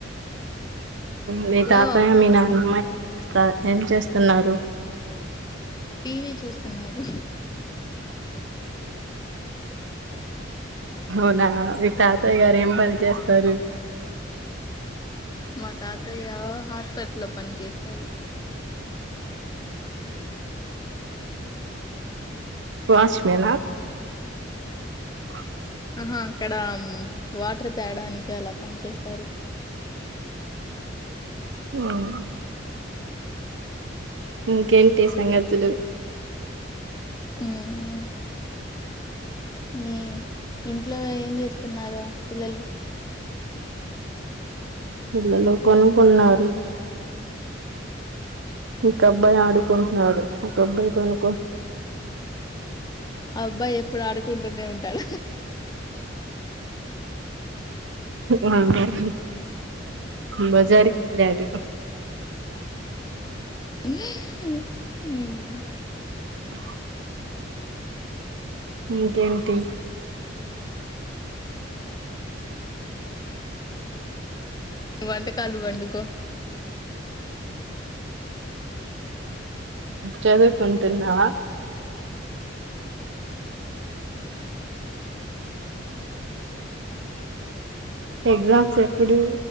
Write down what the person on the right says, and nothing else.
మీ
తాతయ్య మీ నాన్నమ్మ చేస్తా ఏం చేస్తున్నారు
అవునా మీ తాతయ్య గారు ఏం పని చేస్తారు
వాచ్మేన <inaudible>
ఉం ఇంకేంటి సంగతులు
పిల్లలు కొనుక్కున్నారు ఇంక్ అబ్బాయి ఆడుకుంట్నాడు ఒక అబ్బాయి పను
వందోహి బజారిక్ ఎల్లాడు
అ ఇంకేంటి
చదువుకుంటున్నావ ఎగ్జామ్స్ ఎప్పుడు